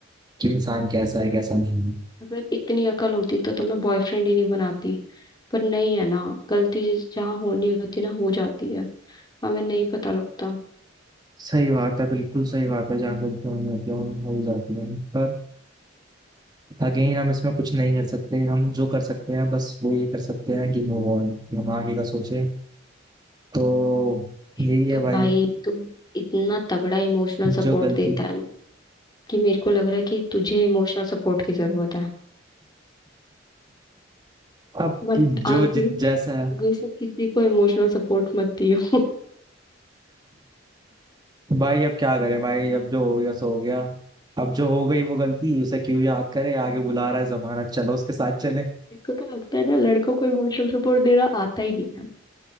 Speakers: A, on the right; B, on the left.
A: कि इंसान कैसा है कैसा नहीं है
B: अगर इतनी अकल होती तो तो मैं बॉयफ्रेंड ही नहीं बनाती पर नहीं है ना गलती जिस- जहाँ होनी होती ना हो जाती है हमें नहीं पता लगता
A: सही बात है बिल्कुल सही बात है जहाँ गलतियाँ हो जाती हैं वो हो जाती है पर अगेन हम इसमें कुछ नहीं कर सकते हम जो कर सकते हैं बस वो ये कर सकते हैं कि मूव ऑन हम आगे का सोचें तो
B: एक
A: यही है
B: तो
A: भाई
B: भाई तू इतना तगड़ा इमोशनल सपोर्ट
A: जो गलती
B: देता है कि मेरे को लग रहा है कि तुझे इमोशनल सपोर्ट की जरूरत है
A: अब
B: मत
A: कि-
B: आगे
A: जो जित जैसा
B: आगे
A: है
B: से किसी को इमोशनल सपोर्ट मत दियो <laughs>
A: भाई अब क्या करें भाई अब जो हो गया सो हो गया अब जो हो गई वो गलती उसे क्यों याद करें आगे बुला रहा है जमाना चलो उसके साथ चले
B: मेरे को तो लगता है ना लड़कों को इमोशनल सपोर्ट देना आता ही नहीं है